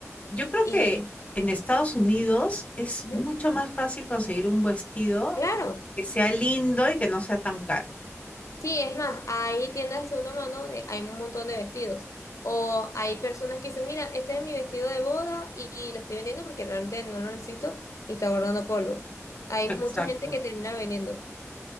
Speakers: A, on the left; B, on the left.
A: Yo creo
B: Y
A: que en Estados Unidos es
B: ujú,
A: mucho más fácil conseguir un vestido
B: claro.
A: que sea lindo y que no sea tan caro.
B: Sí, es más, hay tiendas de segunda mano donde hay un montón de vestidos. O hay personas que dicen, mira, este es mi vestido de boda y, y lo estoy vendiendo porque realmente no lo necesito y está guardando polvo. Hay
A: Exacto.
B: mucha gente que termina vendiendo.